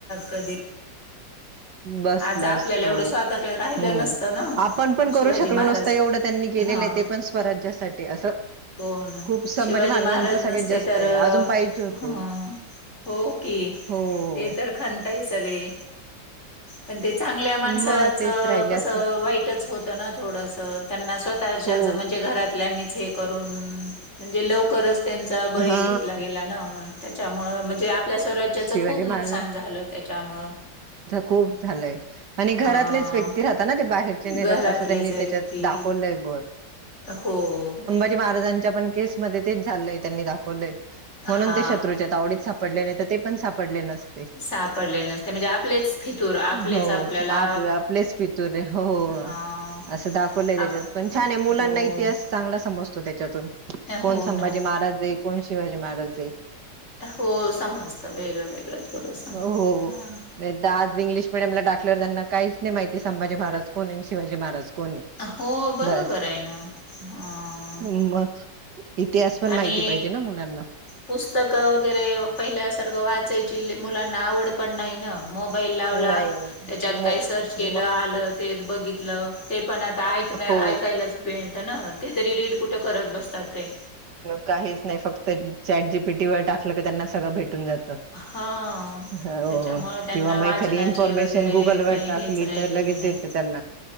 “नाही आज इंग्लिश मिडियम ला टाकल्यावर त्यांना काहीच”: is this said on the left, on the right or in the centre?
Right